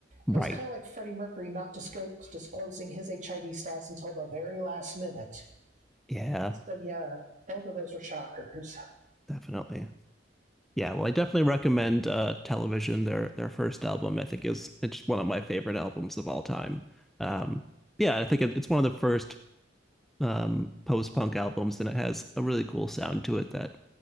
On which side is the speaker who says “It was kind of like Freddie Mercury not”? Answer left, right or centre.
Right